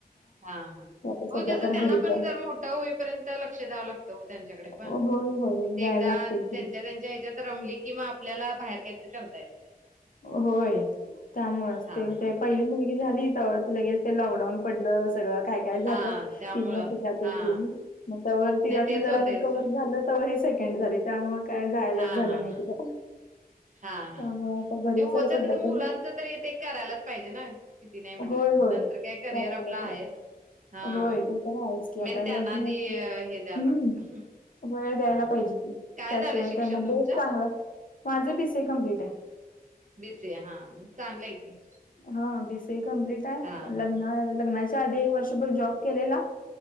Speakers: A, on the right; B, on the left.
A: हा हा,
B: ते आता
A: होय.
B: सध्या
A: कसं
B: तर
A: त्यांना
B: घरीच
A: पण
B: आहे
A: जरा मोठं होईपर्यंत लक्ष द्यावं लागत. ओ त्यांच्याकडे पण
B: होय होय
A: मग ते
B: द्यायला
A: एकदा
B: लागते
A: त्यांच्या
B: की
A: त्या त्यांच्या ह्याच्यात रमली की, म आपल्याला बाहेर काय तर करता येतंय.
B: होय, त्यामुळंचं
A: हा हा
B: ते पहिली मुलगी झाली लगेच ते लॉकडाऊन पडलं. सगळं काय काय झालं.
A: हा त्यामुळं
B: तीन वर्ष त्यातंच
A: हा
B: गेली. म तवर तिज्यातंन
A: नाही तेच
B: जरा
A: होतेच
B: रिकव्हर झालं तवर ही सेकंड झाली, त्यामुळं काय जायलाच
A: हा
B: झालं
A: हा
B: नाही
A: हा
B: कुठं.
A: हा हा,
B: त्यामुळे
A: नाही
B: आता घरीच
A: होतातच
B: आहे सध्या
A: मुलांच
B: तरी
A: तरी ते करायलाच पाहिजे ना. किती नाही म्हटलं
B: होय
A: तरी,
B: होय
A: नंतर काय करिअर
B: करायलाच
A: आपलं आहेच.
B: लागत
A: हा
B: होय, ते तर आहेच की. आता
A: मेन त्यांना
B: हेच
A: आधी
B: नाही.
A: हे द्यायला
B: हम्म.
A: लागतं
B: वेळ द्यायला
A: हा हा
B: पाहिजे की,
A: काय
B: त्याशिवाय
A: झालं शिक्षण
B: त्यांना
A: तुमचं
B: बोध चांगलं माझं बी सी ए कम्प्लीट आहे.
A: बी सी ए हा चांगलंय की.
B: हा, बी सी ए कंप्लीट आहे.
A: हा हा
B: लग् लग्नाच्या आधी एक वर्षभर जॉब केलेला,